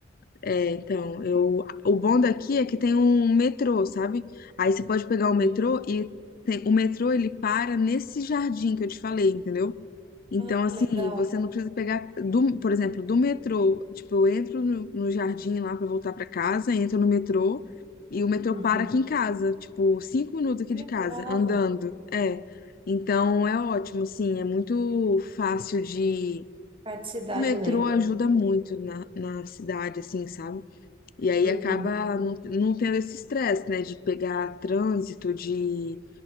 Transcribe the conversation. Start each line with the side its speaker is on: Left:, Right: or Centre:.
Left: É, então, eu, o bom daqui é que tem um metrô, sabe? Aí você pode pegar o metrô
Right: Hum.
Left: e tem- o metrô ele para nesse jardim que eu te falei, entendeu? Então,
Right: Ah,
Left: assim,
Right: legal.
Left: você não precisa pegar, do, por exemplo, do metrô. Tipo, eu entro no, no jardim lá pra voltar pra casa, entro no metrô e o metrô
Right: Uhum.
Left: para aqui em casa, tipo, cinco minutos aqui
Right: Que
Left: de
Right: legal.
Left: casa, andando. É. Então, é ótimo, assim, é muito fácil de.
Right: Praticidade,
Left: O metrô
Right: né?
Left: ajuda muito na, na cidade, assim, sabe? E aí
Right: Uhum.
Left: acaba não, não tendo esse estresse, né? De pegar trânsito, de,